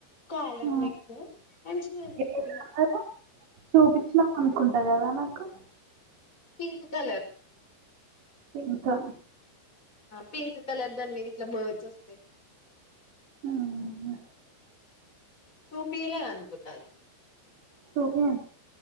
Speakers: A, on the left; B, on the right.
A: కాలర్
B: ఆ.
A: నెక్ మంచిది అనుకుంటున్న
B: ఏ కలరు చూపించినాం అనుకుంటా కదా నాకు
A: పింక్ కలర్
B: ఇంకా
A: పింక్ కలర్ దండి ఇట్లా బర్డ్స్ వస్తాయి
B: మ్మ్.
A: సూపిలే అనుకుంటా అది
B: సోకే